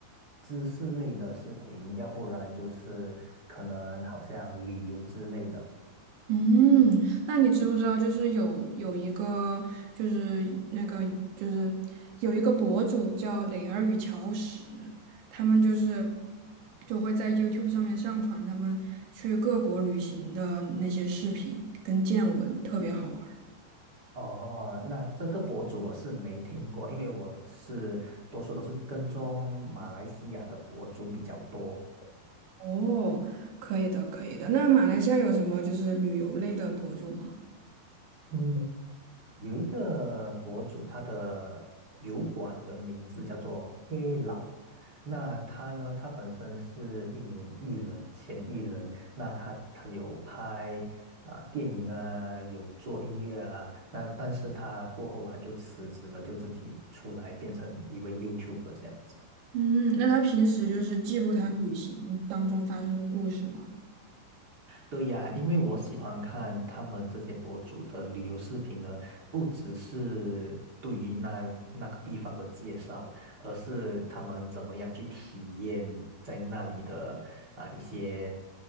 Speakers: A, on the right; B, on the right.
A: 知识类的视频，要不然就是可能好像旅游之类的。
B: 嗯，那你知不知道，就是有有一个，就是那个，就是有一个博主叫磊儿与乔石，他们就是就会在 YouTube 上面上传他们去各国旅行的那些视频跟见闻，特别好玩儿。
A: 哦，那这个博主我是没听过，因为我是多数都是跟踪马来西亚的博主比较多。
B: 哦，可以的，可以的。那马来西亚有什么就是旅游类的博主吗？
A: 嗯，有一个博主，他的油管的名字叫做 K 老。那他呢？他本身是一名艺人，前艺人。那他他有拍啊、电影啊，有做音乐啊。那但是他过后他就辞职了，就自己出来变成一位 YouTuber 这样子。
B: 嗯，那他平时就是记录他旅行当中发生的故事吗？
A: 对呀，因为我喜欢看他们这些博主的旅游视频呢，不只是对于那那个地方的介绍，而是他们怎么样去体验在那里的啊、一些